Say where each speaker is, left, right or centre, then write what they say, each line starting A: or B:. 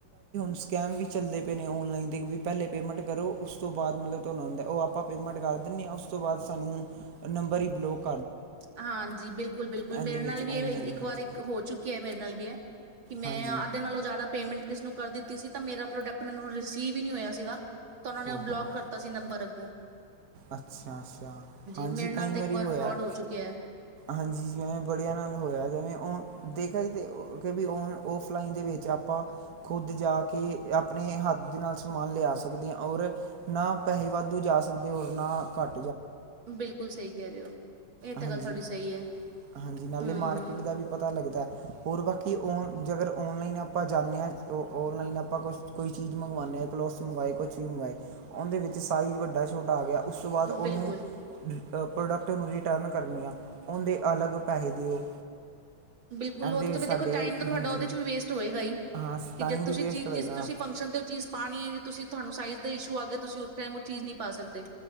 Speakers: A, on the right (about 55°); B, on the right (about 80°).
A: ਸਕੈਮ ਵੀ ਚਲਦੇ ਪਏ ਨੇ, ਔਨਲਾਈਨ ਦੇ। ਪਹਿਲੇ, ਪੇਮੇਂਟ ਕਰੋ ਓਸ ਤੋਂ ਬਾਅਦ ਮਤਲਬ--ਓ ਆਪਾ ਪੇਮੰਟ ਕਰ ਦਿੰਨੇ ਆ, ਓਸ ਤੋਂ ਬਾਅਦ ਸਾੰਨੁ ਨੰਬਰ ਇ ਬਲੌਕ
B: ਹਾਂਜੀ। ਬਿਲਕੁਲ-ਬਿਲਕੁਲ
A: ਇਹਦੇ
B: ਮੇਰੇ
A: ਵਿੱਚ
B: ਨਾਲ ਵੀ
A: ਔਨਲਾਈਨ
B: ਇਹ ਇੱਕ
A: ਵਿੱਚ
B: ਵਾਰੀ ਹੋ ਚੁੱਕਿਆ ਹੈ, ਮੇਰੇ ਨਾਲ ਵੀ ਐ। ਕਿ ਮੈਂ
A: ਹਾਂਜੀ
B: ਅੱਧੇ ਨਾਲੋਂ ਜਿਆਦਾ ਪੇਮੇਂਟ ਕਿਸਨੂੰ ਕਰ ਦਿੱਤੀ ਸੀ ਤਾਂ, ਮੇਰਾ ਪ੍ਰੋਡਕਟ ਮੈਨੂੰ ਰਿਸੀਵ ਹੀ ਨਹੀਂ ਹੋਇਆ ਸੀਗਾ। ਤਾਂ, ਉਹਨਾਂ ਨੇ
A: ਓਹੋ
B: ਬਲੋਕ ਕਰਤਾ ਸੀ ਨੰਬਰ ਅੱਗੋਂ।
A: ਅੱਛਾ- ਅੱਛਾ ਹਾਂਜੀ।
B: ਮੇਰੇ ਨਾਲ
A: ਕਈ
B: ਤਾਂ
A: ਵਾਰੀ
B: ਇੱਕ ਵਾਰ
A: ਹੋਇਆ।
B: ਫਰੋਡ ਹੋ ਚੁੱਕਿਆ ਹੈ
A: ਹਾਂਜੀ ਜੀ ਐਂ‌ ਬੜਿਆ ਨਾਲ ਹੋਇਆ ਦਾ। ਉਹ ਦੇਖਿਆ ਜ ਤੇ ਕੇ ਵੀ, ਔਨ, ਔਫਲਾਈਨ ਦੇ ਵਿੱਚ ਆਪਾਂ ਖੁੱਦ ਜਾ ਕੇ ਆਪਣੇ ਹੱਥ ਦੇ ਨਾਲ ਸਮਾਨ ਲਿਆ ਸਕਦੇ ਹਾਂ, ਔਰ ਨਾ ਪੈਹੇ ਵਾਧੂ ਜਾ ਸਕਦੇ। ਤੇ ਹੋਰ ਨਾ ਘੱਟ
B: ਬਿਲਕੁਲ, ਸਹੀ ਕਹਿ ਰਹੇ ਹੋ। ਇਹ ਤਾਂ
A: ਹਾਂਜੀ-ਹਾਂਜੀ
B: ਗੱਲ ਤੁਹਾਡੀ ਸਹੀ ਹੈ
A: ਨਾਲੇ
B: ਹਮ
A: ਮਾਰਕੀਟ ਦਾ ਵੀ ਪਤਾ ਲੱਗਦਾ ਹੋਰ ਬਾਕੀ ਕਿ ਔਨ ਜੇਗਰ ਔਨਲਾਈਨ ਆਪਾਂ ਜਾਂਨੇ ਹਾਂ, ਔਨਲਾਈਨ ਆਪਾਂ ਕੁਛ ਕੋਈ ਚੀਜ਼ ਮੰਗਵਾਉਂਦੇ ਹਾਂ ਕਲੋਥਸ ਮੰਗਵਾਏ ਕੁਛ ਵੀ, ਮੰਗਵਾਏ ਉਹਦੇ ਵਿੱਚ ਸਾਈਜ਼ ਵੱਡਾ- ਛੋਟਾ ਆ ਗਿਆ। ਉਸ ਤੋ ਬਾਅਦ ਉਹਨੂੰ
B: ਬਿਲਕੁਲ
A: ਪ੍ਰੋਡਕਟ ਮੁ ਰਿਟਰਨ ਕਰਨੀਆਂ ਉਹਂਦੇ ਅਲੱਗ ਪੈਹੇ ਦਿਓ।
B: ਬਿਲਕੁਲ
A: ਇਹਦੇ
B: ਉਹ ਤੇ
A: ਵਿੱਚ ਸਾਡੇ
B: ਦੇਖੋ ਟਾਈਮ ਤੁਹਾਡਾ
A: ਹਾਂਜੀ
B: ਉਹਦੇ ਚ ਵੀ ਵੇਸਟ ਹੋਏਗਾ ਹੀ,
A: ਹਾਂ
B: ਕਿ
A: ਟਾਈਮ
B: ਜਦ
A: ਵੀ
B: ਤੁਸੀ
A: ਵੇਸਟ
B: ਚੀਜ
A: ਹੋਏਗਾ।
B: ਜਿਸ ਤੁਸੀ ਫੰਕਸ਼ਨ ਤੇ, ਓ ਚੀਜ਼ ਪਾਣੀ ਹੈ ਜੇ ਤੁਸੀਂ ਤੁਹਾਨੂੰ ਸਾਈਜ਼ ਦੇ ਇਸ਼ੂ ਆ ਗੇ, ਤੁਸੀ ਉਸ ਟਾਈਮ ਓ ਚੀਜ਼ ਨਹੀਂ ਪਾ ਸਕਦੇ।